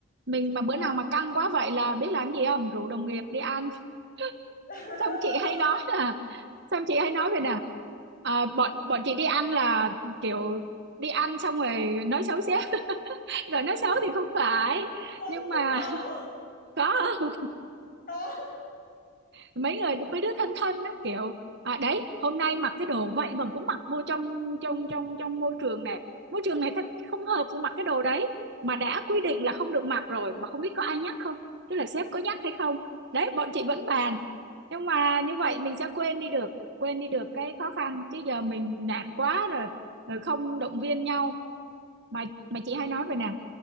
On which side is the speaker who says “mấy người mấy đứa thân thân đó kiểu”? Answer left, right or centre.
Right